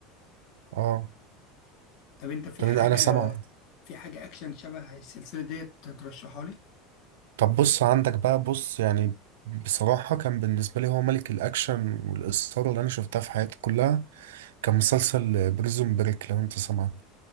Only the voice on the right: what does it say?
اه
طب
انا سامع
طب بص عندك بقى بص يعني بصراحة كان بالنسبة لي هو ملك الأكشن والإثارة اللي أنا شفتها في حياتي كلها كان مسلسل بريزون بريك لو أنت سمعت